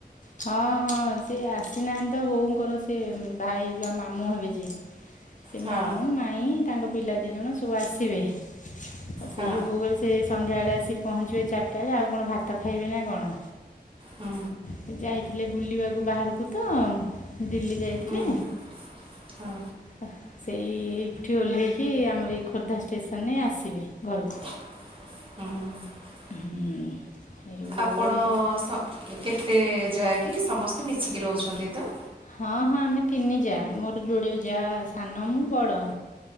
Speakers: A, on the left (about 50°); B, on the right (about 30°).
A: ହଁ ହଁ ସିଏ ଆସିନାହାନ୍ତି ତ ବୋଉଙ୍କର ସିଏ ଭାଇ ଯୋଉ ଆମ ମାମୁଁ ହେବେ ଯିଏ। ସେ
B: ହଁ
A: ମାମୁଁ ମାଇଁ ତାଙ୍କ ପିଲା ଦି ଜଣ ସବୁ ଆସିବେ ଆଉ ସେଇ
B: ହଁ
A: ଯୋଗୁଁ ବୋଉ କହିଲେ ସେ। ସନ୍ଧ୍ୟାବେଳେ ଆସି ପହଞ୍ଚିବେ ଏ ଚାରିଟା ବେଳେ ଆଉ କ ଣ ଭାତ ଖାଇବେ ନା କ ଣ।
B: ହଁ।
A: ସେ ଯାଇ ଥିଲେ ବୁଲିବାକୁ ବାହାରକୁ ତ। ଦିଲ୍ଲୀ ଯାଇଥିଲେ
B: ହୁଁ ହୁଁ ହଁ
A: ତ ସେଇ ଏଇ। ଏଇଠି ଓହ୍ଲେଇକି ଆମର ଏଇ ଖୋର୍ଦ୍ଧା ଷ୍ଟେସନେ ଆସିବେ ଘରକୁ।
B: ହୁଁ।
A: ହୁଁ ଏଇ ବୋଉ
B: ଆପଣ
A: କହିଲେ ସେ ତ
B: ସ କେତେ ଯାଆ କି ସମସ୍ତେ ମିଶିକି ରହୁଛନ୍ତି ତ।
A: ହଁ ହଁ ଆମେ ତିନି ଯା ମୋର ଯୋଡି ଯା ସାନ ମୁଁ ବଡ଼।